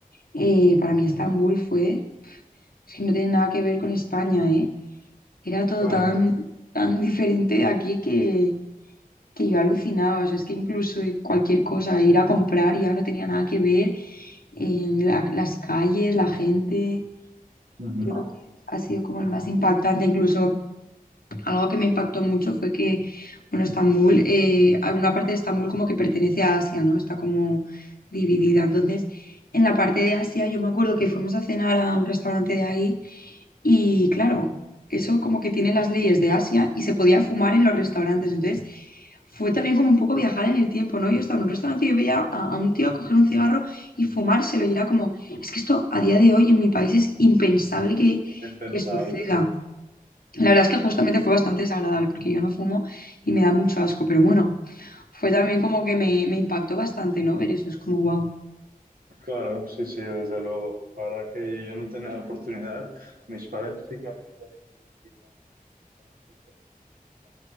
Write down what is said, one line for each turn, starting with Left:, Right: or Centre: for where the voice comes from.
Left: eh, para mí Estambul fue Es que no tiene nada que ver con España, ¿eh? Era todo
Right: Claro.
Left: tan, tan diferente de aquí que, que yo alucinaba. O sea, es que incluso cualquier cosa, ir a comprar ya no tenía nada que ver. en la- las calles, la gente.
Right: Ujú.
Left: Yo creo que ha sido como el más impactante. Incluso algo que me impactó mucho fue que, bueno, Estambul, eh, alguna parte de Estambul como que pertenece a Asia, ¿no? Está como dividida. Entonces, en la parte de Asia, yo me acuerdo que fuimos a cenar a un restaurante de ahí. Y claro, eso como que tiene las leyes de Asia y se podía fumar en los restaurantes. Entonces, fue también como un poco viajar en el tiempo, ¿no? Yo estaba en un restaurante y yo veía a, a un tío coger un cigarro y fumárselo y era como, es que esto a día de hoy en mi país es impensable que,
Right: Es impensable,
Left: que suceda.
Right: sí.
Left: La verdad es que justamente fue bastante desagradable porque yo no fumo y me da mucho asco, pero bueno, fue también como que me, me impactó bastante, ¿no? Ver eso, es como, wow.
Right: Claro, sí, sí, desde luego. La verdad que yo no tenía la oportunidad. Mis padres sí que han ido y, y también fueron con experiencia